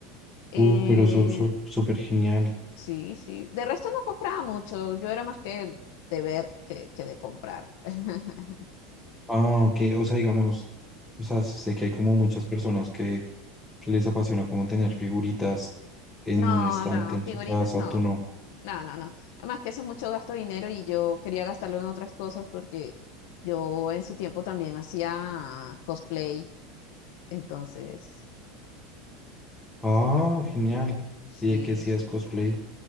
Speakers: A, on the left; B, in the centre.
A: Eh,
B: Uh, pero eso su- súper genial.
A: sí, sí. De resto no compraba mucho, yo era más que de ver que, que de comprar. <laughs>
B: Ah, ok. O sea, digamos, o sea, sé que hay como muchas personas que, que les apasiona como tener figuritas en
A: No,
B: un estante
A: no,
B: en
A: figuritas
B: su casa,
A: no.
B: tú no.
A: No, no, no. Además que eso es mucho gasto de dinero y yo quería gastarlo en otras cosas porque yo en su tiempo también hacía cosplay. Entonces,
B: Ah, genial.
A: sí,
B: ¿Y de qué hacías
A: sí.
B: cosplay?